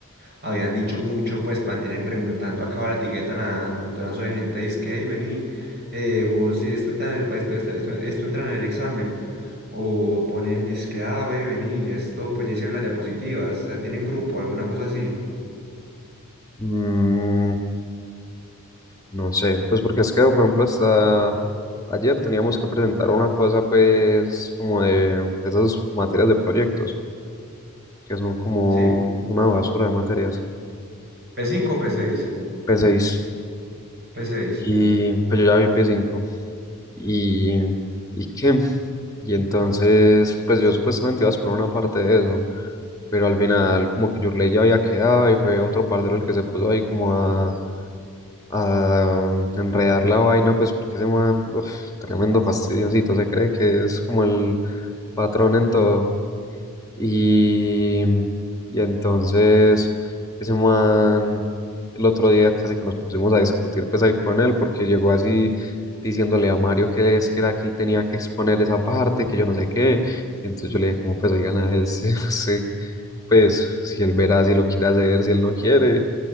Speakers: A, on the right (about 50°); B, on the left (about 15°).
A: habían dicho mucho, pues mantienen preguntando acá la etiqueta a un montonazo de gente, dice que, "Ey, vení, eh, vos si esto entra en el, pa- esto, esto, esto, esto entra en el examen. O ponen disque, ah, ve, vení, esto, pues ya hicieron las diapositivas, o sea, tienen grupo, alguna cosa así.
B: Mm, no sé, pues porque es que, por ejemplo, hasta ayer teníamos que presentar una cosa, pues, como de esas materias de proyectos, que son como
A: Sí.
B: una basura de materias.
A: p cinco o p seis.
B: p seis
A: p seis.
B: Y pues yo ya vi p cinco Y, ¿y qué? Y entonces, pues yo supuestamente iba a poner una parte de eso, pero al final como que Yurley ya había quedado y fue otro parcero el que se puso ahí como a, a um, enredar la vaina, pues porque ese man, uf, tremendo fastidiosito, se cree que es como el patrón en todo. Y, y entonces ese man, el otro día casi que nos pusimos a discutir pues ahí con él porque llegó así diciéndole a Mario que es que era que él tenía que exponer esa parte, que yo no sé qué. Y entonces yo le dije como pues oigan a ese, <laughs> ese, pues si él verá si lo quiere hacer, si él no quiere,